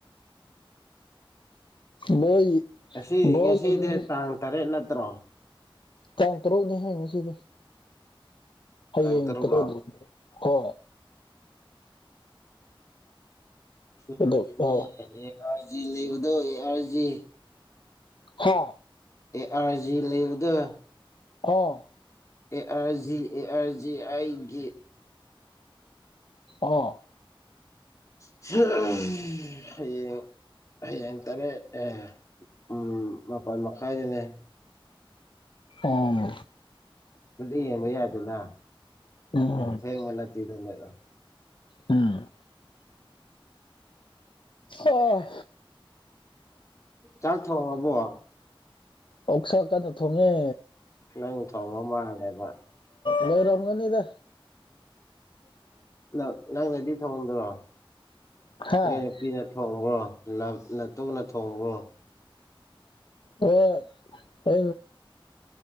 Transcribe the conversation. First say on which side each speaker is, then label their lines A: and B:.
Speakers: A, on the left (about 60°); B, on the left (about 35°).
A: ꯃꯣꯏ
B: ꯉꯁꯤ
A: ꯕꯣꯜ
B: ꯉꯁꯤꯗꯤ
A: ꯌꯦꯡ
B: ꯇꯥꯡ ꯇꯔꯦꯠ ꯅꯠꯇ꯭ꯔꯣ
A: ꯇꯥꯡ ꯇꯔꯨꯛꯅꯦ ꯍꯥꯏꯌꯦ ꯉꯁꯤꯗꯤ ꯍꯌꯦꯡ
B: ꯇꯥꯡ ꯇꯔꯨꯛꯂꯣ
A: ꯇꯔꯦꯠ <unintelligible> ꯀꯣ
B: ꯀꯩꯁꯨꯝ
A: ꯑꯗꯨ
B: ꯅꯠꯇꯦꯅꯦ
A: ꯑꯣ
B: ꯑꯦ ꯑꯥꯢ ꯖꯤ ꯂꯩꯕꯗꯣ ꯑꯦ ꯑꯥꯢ ꯖꯤ
A: ꯍꯣ
B: ꯑꯦ ꯑꯥꯔ ꯖꯤ ꯂꯩꯕꯗꯣ
A: ꯑꯣ
B: A R G A R G ꯑꯩꯒꯤ
A: ꯑꯣꯍꯣ
B: <unintelligible> ꯍꯌꯦꯡ ꯍꯌꯦꯡ ꯇꯔꯦꯠ ꯑꯦ ꯎꯝ ꯃꯥꯄꯟ ꯃꯈꯥꯏꯗꯅꯦ
A: ꯑꯥ
B: ꯑꯗꯨꯗꯤ ꯌꯦꯡꯕ ꯌꯥꯏꯗꯅꯥ
A: ꯎꯝ
B: ꯌꯥꯝ ꯊꯦꯡꯕ ꯅꯠꯇꯦꯗ ꯅꯦꯔꯣ
A: ꯎꯝ ꯑꯣ
B: ꯆꯥꯛ ꯊꯣꯡꯉꯕꯣ
A: ꯑꯣꯁꯥ ꯀꯟꯅ ꯊꯣꯡꯉꯦ
B: ꯅꯪ ꯊꯣꯡꯕ ꯃꯥꯜꯂꯦꯕ
A: ꯂꯣꯏꯔꯝꯒꯅꯤꯗ
B: ꯅꯪ ꯅꯪꯅꯗꯤ ꯊꯣꯡꯗ꯭ꯔꯣ
A: ꯍꯥ
B: ꯅꯣꯢ ꯅꯨꯄꯤꯅ ꯊꯣꯡꯕ꯭ꯔꯣ ꯅꯞ ꯅꯇꯨꯅ ꯊꯣꯡꯕ꯭ꯔꯣ
A: ꯑꯣꯛ ꯑ